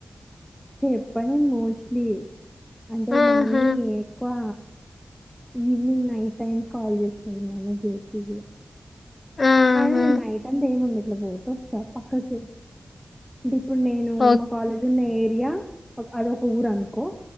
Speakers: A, in the centre; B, on the left.
A: చెప్పనే మోస్ట్లీ అంటే
B: ఆహా!
A: మామ్మీ ఎక్కువ ఈవినింగ్ నైట్ టైమ్ కాల్ చేస్తది <unintelligible>
B: ఆహా!
A: అదేనండి నైట్ అంతా ఏముంది ఇట్లా పోటోస్ వస్తా పక్కకి అంటే ఇప్పుడు నేను
B: ఓక్
A: కాలేజ్ ఉన్న ఏరియా అద ఒక ఊరు అనుకో